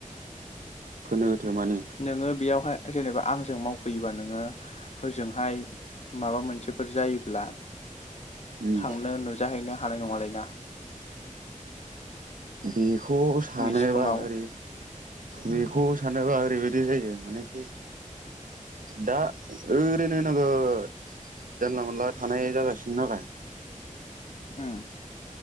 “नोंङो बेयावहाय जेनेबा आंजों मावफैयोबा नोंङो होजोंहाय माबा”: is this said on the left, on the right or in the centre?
Left